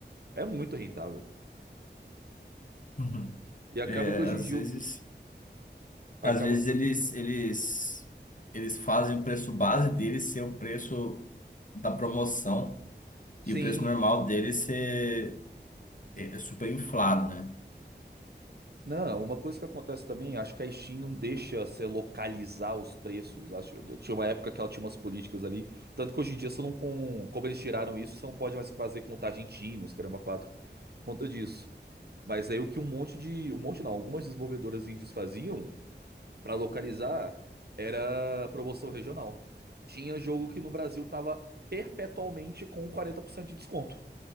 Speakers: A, on the right; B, on the left.
A: É muito rentável.
B: <laughs>
A: E acaba
B: É,
A: que hoje
B: às
A: em dia
B: vezes,
A: acaba.
B: às vezes eles, eles, eles fazem o preço base deles ser o preço. da promoção
A: Sim.
B: e o preço normal dele ser é, é super inflado, né?
A: Não, uma coisa que acontece também, acho que a Steam não deixa você localizar os preços. Acho, tinha uma época que ela tinha umas políticas ali. Tanto que hoje em dia você não com, como eles tiraram isso, você não pode mais fazer contagem TIM nos caramba 4 por conta disso. Mas aí o que um monte de. Um monte não, algumas desenvolvedoras indies faziam pra localizar era promoção regional. Tinha jogo que no Brasil tava perpetualmente com 40% de desconto.